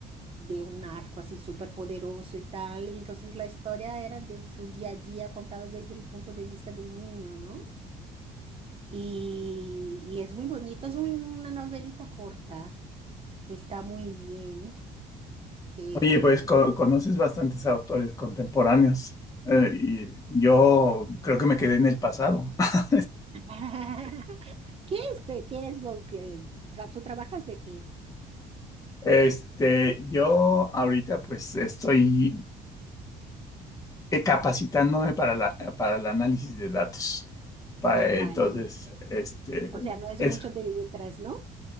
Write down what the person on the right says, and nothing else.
de un narco así súper poderoso y tal, y entonces la historia era de su día a día contado desde el punto de vista del niño, ¿no? Y, y es muy bonito, es un- una novelita corta, que está muy bien, que...
<laughs> ¿Qué es, qué, qué es lo que... tra- ¿Tú trabajas de qué?
Ah,
vale.
O sea, no es
mucho de letras, ¿no?